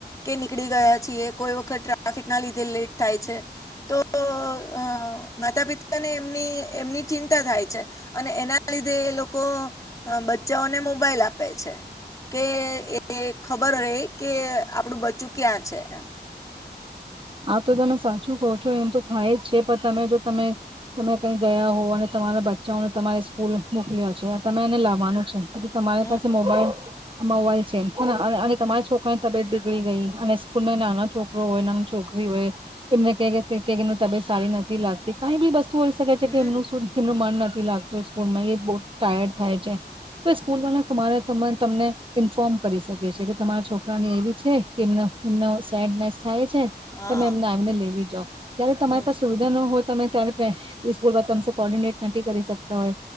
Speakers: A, on the left; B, on the right.
A: કે નીકળી ગયા છીએ, કોઈ વખત ટ્રાફિક ના લીધે લેટ થાય છે, તો અ માતા પિતાને એમની એમની ચિંતા થાય છે અને એના લીધે એ લોકો બચ્ચાઓને મોબાઈલ આપે છે, કે એ ખબર રહે કે આપણું બ ચ્ચું ક્યા છે એમ.
B: આ તો તમે સાચું કહો છો એમ તો થાય જ છે પણ તમે જો તમે તમે કઈ ગયા હો અને તમારા બચ્ચાઓને તમારે સ્કૂલ મોકલ્યા છે તમે એને લાવવાનું છે એ તમારી
A: હમ
B: પાસે મોબાઈલ આ મોવાઈલ છેમ અને અને અને તમારી
A: હમ
B: છોકરા ની તબેત બી ગડી ગઈ અને સ્કૂલમાં નાનો છોકરો હોય નાનો છોક રી હોય એમને કે કે તબિત સારી નથી લાગતી, કાઈ બી વસ્ તું હોય શકે છે
A: હમ
B: કે એનું એમનું મન ન થી લાગતું સ્કૂલમાં એ બો ટાયર્ડ થાય છે, તો એ સ્કૂલ વાળ તમારા તમાર તમને ઈન્ફોર્મ કરી શકે છે, કે તમારા છોકરાને એવી છે કે એમનો એમનો સેડનેસ થાય છે.
A: હા
B: તમે એમને આવીને લેવી જાવ, ત્યારે તમારી
A: હમ
B: પાસે સુવિધા ન હોય તમે ત્યાં ને ત્યાં એ સ્કૂલ બા તમ કોર્ડિનેટ નથી કરી શકતા હોય